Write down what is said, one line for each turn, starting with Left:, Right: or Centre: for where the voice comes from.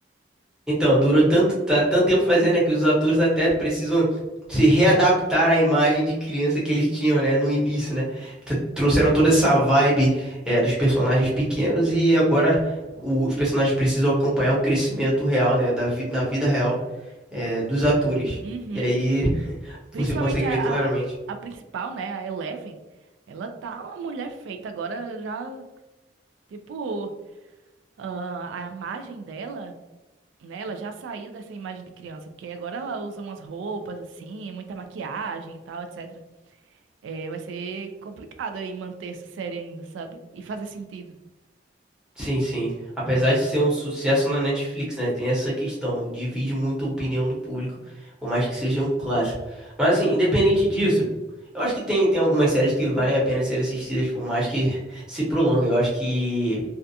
Centre: Então, durou tanto, tá, tanto tempo fazendo, né, que os atores até precisam se readaptar à imagem de criança que eles tinham, né, no início, né? T- Trouxeram toda essa vibe, é, dos personagens pequenos e agora o- os personagens precisam acompanhar o crescimento real, né, da vi- na vida real, é, dos atores.
Right: Uhum.
Centre: E aí
Right: Principalmente
Centre: você consegue
Right: a,
Centre: ver claramente.
Right: a, a principal, né? A Eleven. Ela tá uma mulher feita agora, já, tipo. ah, a imagem dela, né? Ela já saiu dessa imagem de criança, porque agora ela usa umas roupas assim, muita maquiagem e tal, etc. É, vai ser complicado aí manter essa série ainda, sabe? E fazer sentido.
Centre: Sim, sim. Apesar de ser um sucesso na Netflix, né? Tem essa questão. Divide muito a opinião do público, por mais que seja um clássico. Mas, assim, independente disso, eu acho que tem, tem algumas séries que valem a pena ser assistidas, por mais que <laughs> se prolongue. Eu acho que,